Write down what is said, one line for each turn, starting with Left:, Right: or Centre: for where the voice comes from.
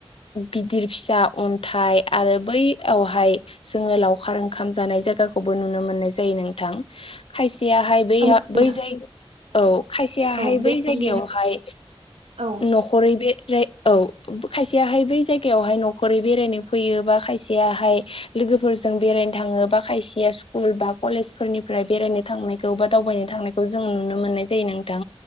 Left: गिदिर फिसा अन्थाइ आरो बैयावहाय। जोङो लावखार ओंखाम जानाय जायगाखौबो नुनो मोननाय जायो नोंथां खायसेयाहाय बै।
Right: औ नोंथां
Left: बै जाय औ खायसेयाहाय
Right: औ
Left: बै
Right: बेबायदिनो
Left: जायगायावहाय
Right: औ
Left: न'खरै बे। औ खायसेयाहाय बै जायगायावहाय न'खरै बेरायनो फैयो बा खायसेयाहाय लोगोफोरजों बेरायनो थाङो बा खायसेया स्कुल बा कलेज फोरनिफ्राय बेरायनो थांनायखौ बा दावबायनो। थांनायखौ जों नुनो मोननाय जायो नोंथां